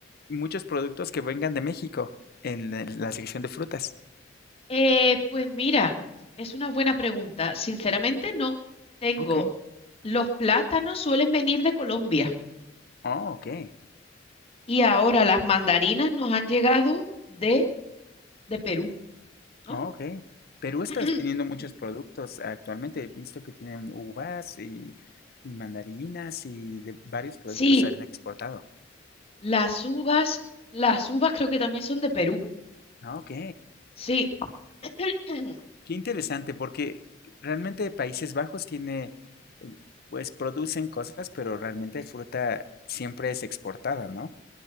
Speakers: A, on the left; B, on the left.
A: muchos productos que vengan de México en la, la sección de frutas.
B: Eh, pues mira, es una buena pregunta. Sinceramente no tengo.
A: Ok.
B: Los plátanos suelen venir de Colombia
A: Oh, ok.
B: y ahora las mandarinas nos han llegado de, de Perú, ¿no?
A: Oh, ok. Perú está
B: <clears throat>
A: teniendo muchos productos actualmente. He visto que tienen uvas y, y mandarinas y de varios productos
B: Sí,
A: se han exportado.
B: las uvas, las uvas creo que también son de Perú.
A: Ah, ok.
B: Sí, <clears throat>
A: Qué interesante, porque realmente Países Bajos tiene, eh, pues producen cosas, pero realmente fruta siempre es exportada, ¿no?